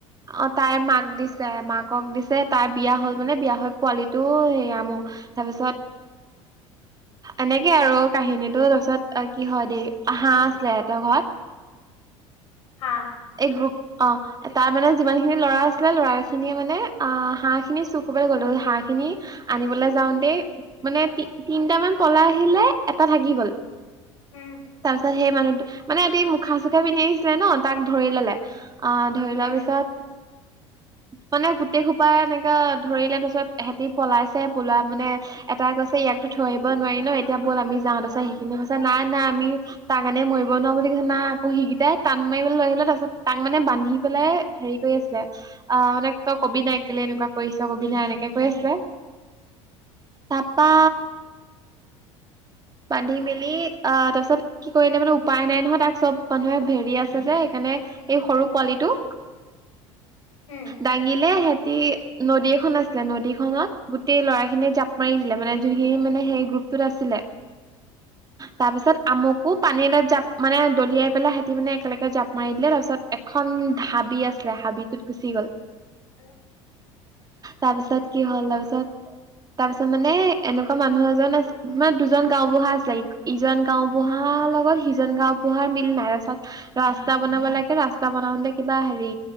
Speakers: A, on the right (about 25°); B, on the left (about 75°).
A: অ তাইৰ মাক দিছে মাকক দিছে তাইৰ বিয়া হল মানে বিয়া হৈ পোৱালিটো হেৰি আমো তাৰপিছত
B: <inaudible>
A: এনেকে আৰু কাহিনীটো তাৰপিছত কি হয় দেই হাঁহ আছিলে এহতৰ ঘৰত
B: হা
A: এই গ্ৰুপ অ তাৰ মানে যিমান খিনি লৰা আছিলে লৰা খিনিয়ে মানে আহ হাঁহ খিনি চুৰ কৰিবলৈ গল। হাঁহ খিনি আনিবলৈ যাওঁ দ মানেতি তিনটামান পলা আহিলে এটা থাকি গ'ল।
B: উম,
A: তাৰ পিছত সেই মানুহো মানে সহ মুখা চুখা পিন্ধি ছিলে ন তাক ধৰি ললে আহ ধৰি
B: উম,
A: লোৱাৰ পিছত মানে গোটেই খোপাই এনেকা ধৰিলে তাৰিছত সহতি পলা পোলা মানে এটা কৈছে ইয়াকতো থৈ আহ নোৱাৰি ন এতিয়া ব'ল আমি যাওঁ তা সিখিনিয়ে কৈা নাই নাই আমি তাৰ কাৰণে মৰিব নোৱাৰো বুলি কৈছে নাই আকৌ সকেইটাই টান মাৰিবলৈ লৈ আহিলে তাৰ পছত তাক মানে বান্ধি পেলাই হেৰি কৰি আছিলে আহ মানে তই কবি নাই কেলে এনেকুৱা কৰিছ অবিধয় এনেকে কৈ আছিলে। তাৰপা বান্ধি মেলি আহ তাৰপিছত কি কৰিলে মানে উপায় নাই নহয় তাক চব মানুহে ভেৰি আছে যে সেইকাৰণে মানে এই সৰু পোৱালিটো
B: <inaudible> উম,
A: দাঙিলে সিহতি নদী এখন আছিলে নদীখনত গোটেই লৰা িনিয় জাপ মাৰি দিলে মানে যোনখিনি মানে সেই গ্ৰুপটোত আছিলে।
B: <inaudible>
A: তাৰপিছত আমুকো পানী এাত জাপ মানে দলিয়াই পেলাই সহঁতি মানে একেলগে জাপ মাৰি দিলে তাৰপিছত এখন উ হাবি আছিলে হাবিটোত গুচি গ'ল।
B: উম।
A: তাৰপিছত কি হ'ল তাৰপিছত তাৰ পিছত মানে এনেকুৱা মানুহ এজন আছে মানে দুজন গাওবুঢ়া চছে ইজন গাওবুঢ়াৰ লগত সিজন গাওবুঢ়াৰ মিল নাইচত ৰাস্তা বন বনাব লাগে ৰাস্তা বনাওঁতে কিবা হেৰি